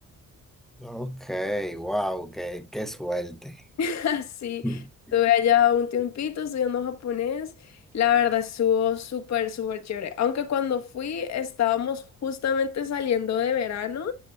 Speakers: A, in the centre; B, on the left (about 60°).
A: Ok, wow, qué, qué suerte.
B: <laughs> Sí,
A: <laughs> Mm.
B: estuve allá un tiempito estudiando japonés. La verdad estuvo súper, súper chévere. Aunque cuando fui estábamos justamente saliendo de verano,